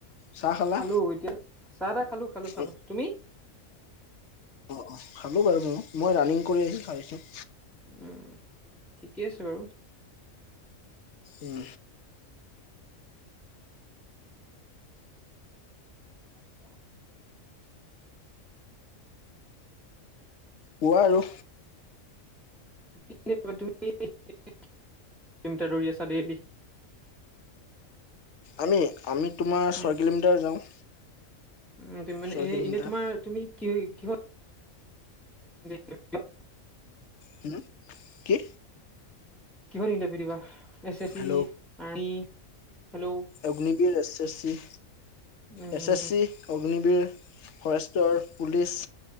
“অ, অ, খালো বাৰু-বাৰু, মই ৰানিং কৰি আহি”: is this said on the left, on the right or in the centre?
Left